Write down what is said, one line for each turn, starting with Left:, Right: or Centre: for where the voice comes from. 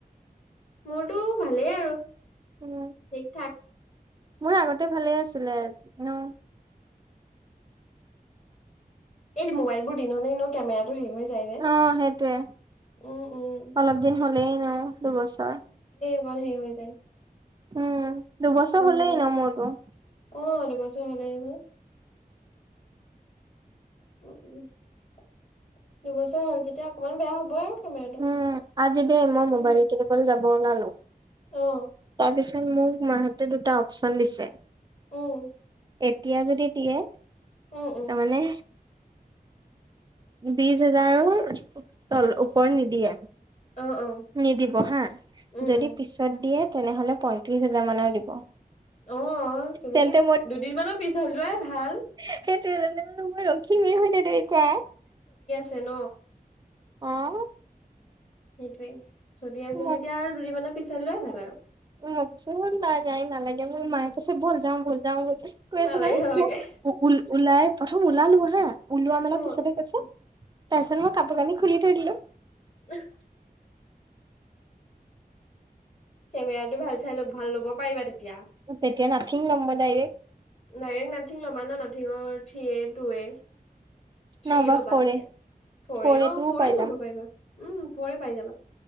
Left: মোৰটো ভালেই আৰু ঠিক-ঠাক
Right: উম মোৰ আগতে ভালেই আছিলে ন?
Left: এই মোবাইলবোৰ দিন হ'লে নো কেমেৰাটো হেৰি হৈ যায় যে
Right: অ সেইটোয়ে
Left: উম উম
Right: অলপ দিন হ'লেই এনেও দুবছৰ
Left: <unintelligible> সেই হৈ যায় <inaudible>
Right: উম দুবছৰ
Left: উম
Right: হলেই এনেও মোৰটো।
Left: অ দুবছৰ হলেই নহয়। উম ও দুবছৰ হ'ল যেতিয়া অকমান বেয়া হবই। কেমেৰাটো
Right: উম আজি যে মই মোবাইল
Left: উম
Right: কিনিবলে যাব ওলালো।
Left: অ
Right: তাৰপিছত মোক মাহতে দুটা অপচন দিছে।
Left: উম।
Right: এতিয়া যদি দিয়ে
Left: উম উম
Right: তাৰ মানে বিশ হাজাৰৰ ওপৰ নিদিয়ে।
Left: অ অ
Right: নিদিব হা
Left: উম
Right: যদি
Left: উম
Right: পিছত দিয়ে তেনেহলে পয়ত্ৰিশ হেজাৰ মানৰ দিব।
Left: অ তুমি
Right: তেন্তে
Left: দুদিনমানৰ পিছত লোৱাই ভাল
Right: সেইটোৱেটো মই ৰখিমেই হয় নাই তুমি কোৱা
Left: তেন
Right: অহ।
Left: সেইটোৱে চলি আছে
Right: মই
Left: যেতিয়া আৰু দুদিন মান হেল্ল।
Right: মোকচোন না নাই নালাগে মোৰ মায়ে কৈছে বল যাওঁ বল যাওঁ বল যাওঁ কৈ
Left: নালাগে
Right: আছে নহয়
Left: নালাগে
Right: মোক। ওল ওলাই থ ওলালো হা ওলোৱা মানৰ
Left: অ
Right: পিছতহে কৈছে তাৰ পিছত মই কাপোৰ কানি খুলি থৈ দিলো
Left: উহ <inaudible> কেমেৰাতটো ভাল চাই ল ভাল ল'ব পাৰিবা তেতিয়া।
Right: তেতিয়া নাথিং ল'ম মই ডাইৰেক্ট
Left: নাইৰেক্ট নাথিং ল'বা ন নাথিঙৰ থ্ৰি এ টু এ থ্ৰি
Right: নহবা
Left: ল'বা
Right: ফৰে
Left: তেতিয়া ফ'ৰে
Right: ফৰ এ
Left: অ
Right: টোও
Left: ফ'ৰে
Right: পাই যাম
Left: ল'ব পাৰিবা উম ফ'ৰে পাই যাবা।